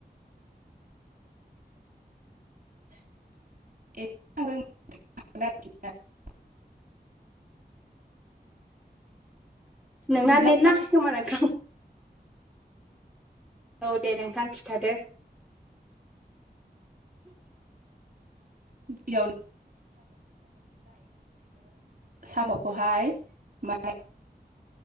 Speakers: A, in the centre; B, on the right (about 50°).
A: <inaudible>
B: <inaudible>
A: <unintelligible> नोंना
B: बिदिब्ला
A: नेट नाङाखै खोमा नोंथां। औ दे नोंथां खिथादो।
B: <unintelligible> साम'खौहाय <unintelligible>